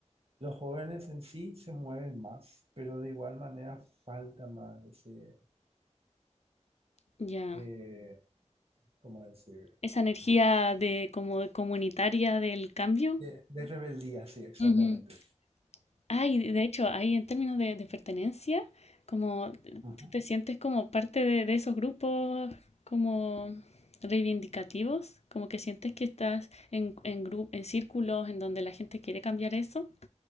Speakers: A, on the right; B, on the left.
A: Los jóvenes en sí se mueven más, pero de igual manera falta más ese,
B: Ya.
A: eh, ¿cómo decir?
B: Esa energía de como de comunitaria del cambio.
A: De, de rebeldía, sí, exactamente.
B: Ujú. Ah, y de hecho, ahí en términos de, de pertenencia, como
A: Ajá.
B: tú te sientes como parte de, de esos grupos como reivindicativos, como que sientes que estás en, en, gru- en círculos en donde la gente quiere cambiar eso.